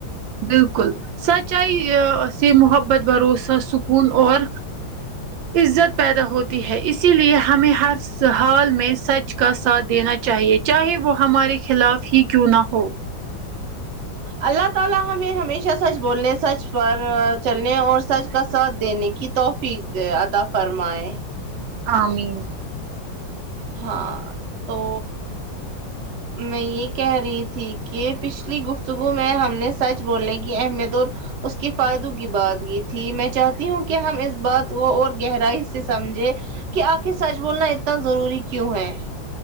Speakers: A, on the right (about 80°); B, on the right (about 60°).
A: بالکل سچائی ا سے محبت بھروسہ سکون اور عزت پیدا ہوتی ہے اسی لیے ہمیں ہس حال میں سچ کا ساتھ دینا چاہیے چاہے وہ ہمارے خلاف ہی کیوں نہ ہو
B: اللہ تعالی ہمیں ہمیشہ سچ بولنے سچ پر چلنے اور سچ کا ساتھ دینے کی توف پید عطا فرمائیں
A: امین
B: ہاں تو میں یہ کہہ رہی تھی کہ پچھلی گفتگو میں ہم نے سچ بولنے کی اہمیت اور اس کے فائدوں کی بات کی تھی میں چاہتی ہوں کہ ہم اس بات کو اور گہرائی سے سمجھے کہ آخر سچ بولنا اتنا ضروری کیوں ہے